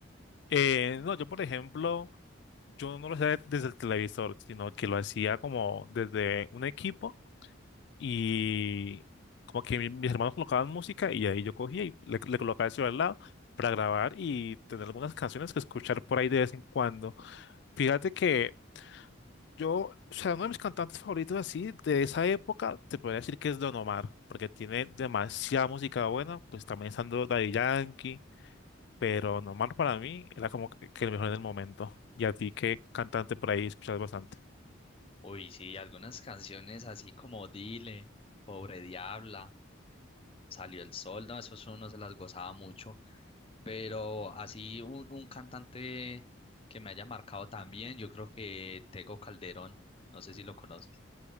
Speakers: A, on the left; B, on the left.
A: Eh, no, yo por ejemplo, yo no lo hacía desde el televisor, sino que lo hacía como desde un equipo y como que mi- mis hermanos colocaban música y ahí yo cogía y le, le colocaba el celular al lado para grabar y tener algunas canciones que escuchar por ahí de vez en cuando. Fíjate que Yo, o sea, uno de mis cantantes favoritos así de esa época, te podría decir que es Don Omar, porque tiene demasiada música buena, pues también estando Daddy Yankee, pero Don Omar para mí era como que que el mejor en el momento. ¿Y a ti qué cantante por ahí escuchas bastante?
B: Uy, sí, algunas canciones así como Dile, Pobre Diabla, Salió el Sol, no, esos uno se las gozaba mucho. Pero así un, un cantante que me haya marcado también, yo creo que Tego Calderón, no sé si lo conoces.